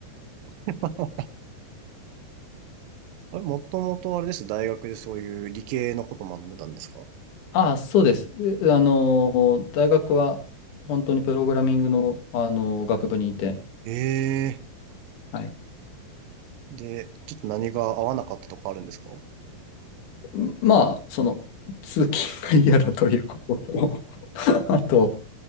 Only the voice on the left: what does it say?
ああ、そうです。うあの、大学は本当にプログラミングの、あの学部にいて、
はい。
んまあ、その、通勤が嫌だということと、<laughs> あと、